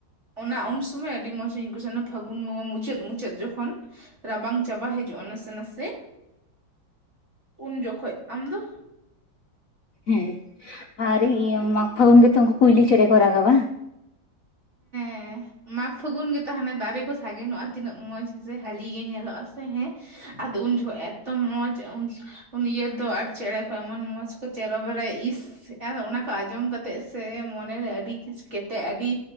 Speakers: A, on the right; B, on the left.
A: ᱚᱱᱟ ᱩᱱ ᱥᱚᱢᱚᱭ ᱟᱹᱰᱤ ᱢᱚᱡᱤᱧ ᱵᱩᱡᱟ ᱚᱱᱮ ᱯᱷᱟᱹᱜᱩᱱ ᱵᱚᱸᱜᱟ ᱢᱩᱪᱟᱹᱫ ᱢᱩᱪᱟᱹᱫ ᱡᱚᱠᱷᱚᱱ᱾ ᱨᱟᱵᱟᱝ ᱪᱟᱵᱟ ᱦᱤᱡᱩᱜᱼᱟ ᱱᱟᱥᱮ ᱱᱟᱥᱮ ᱩᱱ ᱡᱚᱠᱷᱚᱡ ᱟᱢ ᱫᱚ?
B: ᱦᱮᱸ ᱟᱨ ᱤᱭᱟᱹ ᱢᱟᱜᱽ ᱯᱷᱟᱹᱜᱩᱱ ᱜᱮᱛᱚ ᱩᱱᱠᱩ ᱠᱩᱭᱞᱤ ᱪᱮᱸᱬᱮ ᱠᱚ ᱨᱟᱜᱟ ᱵᱟᱝ? <inaudible>
A: ᱦᱮ ᱢᱟᱜᱽ ᱯᱷᱟᱹᱜᱩᱱ ᱜᱮ ᱛᱟᱦᱮᱟᱱᱮ ᱫᱟᱨᱮ ᱠᱚ ᱥᱟᱜᱮᱱᱚᱜᱼᱟ ᱛᱤᱱᱟᱹᱜ ᱢᱚᱸᱡᱽ ᱦᱮᱸ ᱥᱮ ᱦᱟᱹᱞᱤ ᱜᱮ ᱧᱮᱞᱚᱜᱼᱟ ᱥᱮ ᱦᱮᱸ, ᱟᱫᱚ ᱩᱱ ᱡᱚᱦᱠᱷᱚᱡ ᱮᱛᱚ ᱢᱚᱡᱽ ᱩᱱ ᱩᱱ ᱤᱭᱟᱹ ᱫᱚ ᱟᱨ ᱪᱮᱸᱬᱮ ᱠᱚ ᱮᱢᱚᱱ ᱢᱚᱡᱽ ᱠᱚ ᱪᱮᱨᱚᱵᱮᱨᱚ ᱤᱥ, ᱟᱫᱚ ᱚᱱᱟ ᱠᱚ ᱟᱸᱡᱚᱢ ᱠᱟᱛᱮᱜ ᱥᱮ ᱢᱚᱱᱮᱨᱮ ᱟᱹᱰᱤ ᱠᱤᱪᱩ ᱠᱮᱴᱮᱜ ᱟᱹᱰᱤ